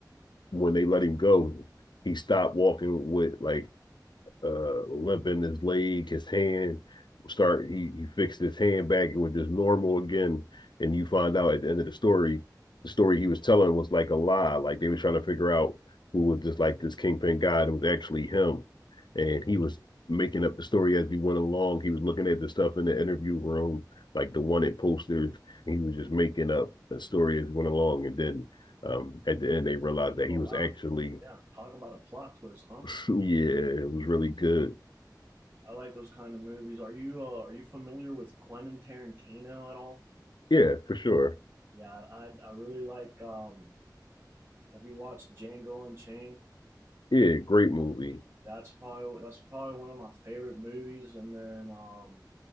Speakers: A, on the left (about 90°); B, on the right (about 35°).
A: when they let him go, he stopped walking with like uh limp in his leg, his hand. Start he he fixed his hand back, it was just normal again. And you find out at the end of the story, the story he was telling was like a lie. Like they were trying to figure out who was just like this kingpin guy. It was actually him, and he was making up the story as he went along. He was looking at the stuff in the interview room, like the wanted posters. And he was just making up a story as he went along, and then um, at the end they realized that he
B: Oh
A: was
B: wow.
A: actually
B: Yeah, talk about a plot twist, huh?
A: <sniffs> yeah, it was really good.
B: I like those kind of movies. Are you uh, are you familiar with Quentin Tarantino at all?
A: Yeah, for sure.
B: Yeah, I I really like um have you watched Django Unchained?
A: Yeah, great movie.
B: That's probably that's probably one of my favorite movies and then um